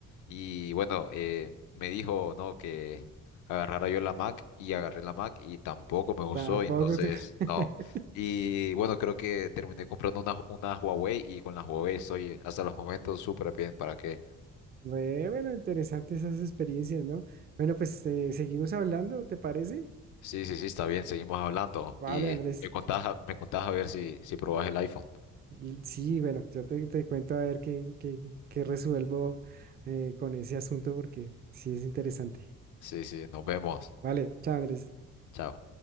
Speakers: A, on the left (about 75°); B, on the right (about 35°).
A: y bueno, eh, me dijo no que agarrara yo la Mac y agarré la Mac y tampoco me gustó,
B: Tampoco
A: y entonces
B: te... <laughs>
A: no. Y bueno, creo que terminé comprando una, una Huawei y con la Huawei estoy hasta los momentos súper bien. ¿Para qué?
B: Ve, Bueno, interesantes esas experiencias, ¿no? Bueno, pues eh, seguimos hablando, ¿te parece?
A: Sí, sí, sí, está bien, seguimos hablando
B: Vale,
A: y
B: Andrés.
A: me contás, a- me contás a ver si, si probás el iPhone.
B: L- Sí, bueno, yo te, te cuento a ver qué, qué, qué resuelvo eh, con ese asunto porque sí es interesante.
A: Sí, sí, nos vemos.
B: Vale, chao, Andrés.
A: Chao.